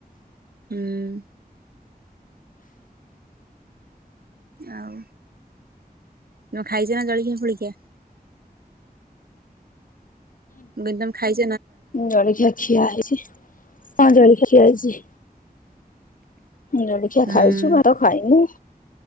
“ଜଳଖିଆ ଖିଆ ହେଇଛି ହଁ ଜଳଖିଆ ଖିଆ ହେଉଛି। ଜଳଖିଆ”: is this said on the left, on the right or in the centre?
Left